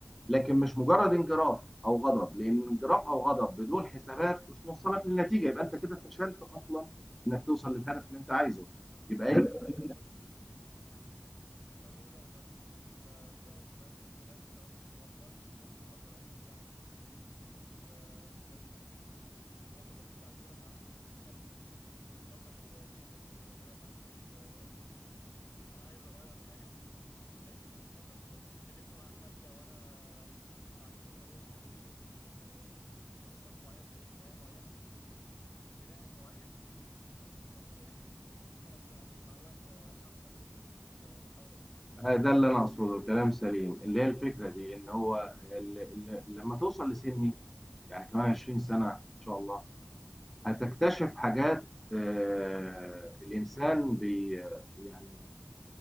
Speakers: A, in the centre; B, on the left.
A: لكن مش مجرد انجراف او غضب لان انجراف او غضب بدون حسابات مش موصلك للنتيجه يبقى انت كده فشلت اصلا انك توصل للهدف اللي انت عايزه يبقى
B: آه،
A: ايه
B: لما بت- كنت عايز أقول يعني لما بت- يبقى في عنف في الكلام أنت غضبان من موقف حصل أو مشكلة حصلت فطريقة غضبك وتعبيرك عنه بيقلل ال- ال- الطاقة اللي جواك يعني مثلا أنا دلوقتي عندي آه، أنا عايز أغير حاجة لكن مثلا ف- اتكلمت مع حد او انا اتعاملت بطريقه مش كويسه مش مش في مساق معين مش في طريقه معينه مش بنهج معين فبالتالي آه، خلاص يعني مع الوقت آه، هخسر كل اللي انا كنت ب- بحاول ابنيه يعني
A: آه، ده اللي انا اقصده الكلام سليم اللي هي الفكره دي ان هو ال- ال- لما توصل لسن يعني كمان 20 سنة إن شاء الله هتكتشف حاجات آه، الإنسان بي يعني